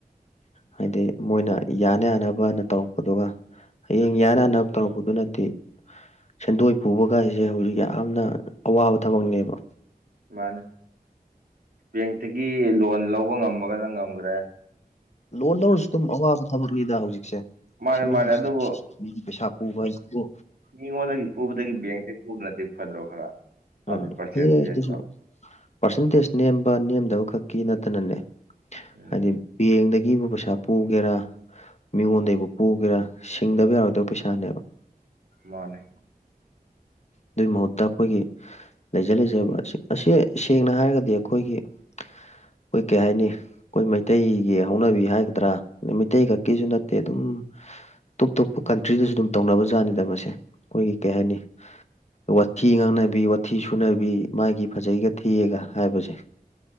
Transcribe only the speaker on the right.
ꯎꯝ
ꯃꯥꯅꯤ ꯕꯦꯡꯇꯥꯒꯤ ꯂꯣꯟ ꯂꯧꯕ ꯉꯝꯃꯒꯥꯅ ꯉꯝꯒ꯭ꯔꯦ
ꯃꯥꯅꯦ
ꯃꯥꯅꯦ ꯑꯗꯨꯕꯨ
ꯃꯤꯉꯣꯟꯗꯥꯒꯤ ꯄꯨꯕꯗꯥꯒꯤ ꯕꯦꯡꯇꯩ ꯄꯨꯕꯅꯗꯤ ꯐꯗ꯭ꯔꯣ ꯈꯔ
ꯑꯗꯨ ꯄꯥꯔꯁꯦꯟꯇꯦꯖꯇꯣ
ꯎꯝ
ꯃꯥꯅꯦ